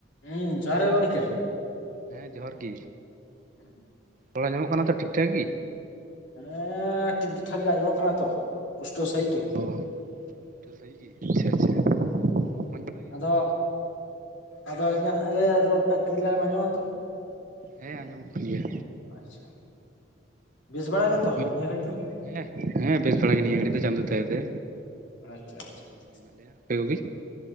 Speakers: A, on the left (about 85°); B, on the right (about 45°).
A: ᱦᱩᱸ ᱡᱚᱦᱟᱨ ᱜᱮ ᱜᱚᱢᱠᱮ᱾
B: ᱦᱮᱸ ᱡᱚᱦᱟᱨ ᱜᱮ᱾
A: ᱦᱮᱸ ᱾
B: ᱨᱚᱲ ᱟᱧᱡᱚᱢᱚᱜ ᱠᱟᱱᱟ ᱛᱚ ᱴᱷᱤᱠ ᱴᱷᱟᱠ ᱜᱤ?
A: ᱦᱮᱸ ᱴᱷᱤᱠ - ᱴᱷᱟᱠ ᱜᱮ ᱟᱸᱡᱚᱢᱚᱜ ᱠᱟᱱᱟ ᱛᱚ ᱯᱩᱥᱴᱟᱹᱣ ᱥᱟᱹᱦᱤᱡ ᱜᱮ ᱾
B: ᱦᱩᱸ ᱯᱩᱥᱴᱟᱹᱣ ᱥᱟ. ᱦᱤᱡ ᱜᱤ ᱟᱪᱷᱟ - ᱟᱪᱷᱟ ᱾
A: ᱟᱫᱚ ᱟᱫᱚ ᱤᱧᱟᱹᱜ ᱨᱚᱲ ᱴᱟᱜ ᱠᱤᱞᱤᱭᱟᱨ ᱮᱢ ᱟᱸᱡᱚᱢ ᱮᱫᱟ ᱛᱳ᱾
B: ᱦᱮᱸ ᱟᱸᱡᱚᱢᱚᱜ ᱠᱟᱱ ᱜᱮᱭᱟ᱾
A: ᱟᱪᱪᱷᱟ ᱵᱮᱥ ᱵᱟᱲᱟ ᱜᱮᱛᱚ
B: ᱢᱚᱡᱽ
A: ᱱᱤᱭᱟᱹ ᱜᱷᱟᱲᱤ ᱫᱚ᱾
B: ᱦᱮᱸ ᱦᱮᱸ ᱵᱮᱥ ᱵᱟᱲᱟ ᱜᱮ ᱱᱤᱭᱟᱹ ᱜᱷᱟᱹᱲᱤᱡ ᱫᱚ ᱪᱟᱸᱫᱳ ᱫᱟᱭᱟᱛᱮ
A: ᱟᱪᱪᱷᱟ ᱟᱪᱪᱷᱟ ᱟᱪᱪᱷᱟ
B: ᱢᱮᱱᱟᱜ ᱟᱯᱮ ᱠᱳ ᱜᱤ